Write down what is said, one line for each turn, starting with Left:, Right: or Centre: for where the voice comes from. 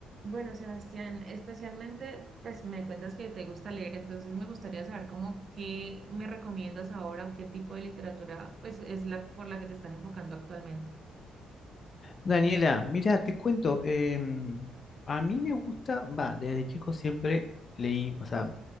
Right: Bueno, Sebastián, especialmente, pues me cuentas que te gusta leer, entonces me gustaría saber cómo qué me recomiendas ahora o qué tipo de literatura pues es la por la que te estás enfocando actualmente.
Left: Daniela, mira, te cuento, em, a mí me gusta, va, desde chico siempre leí, o sea,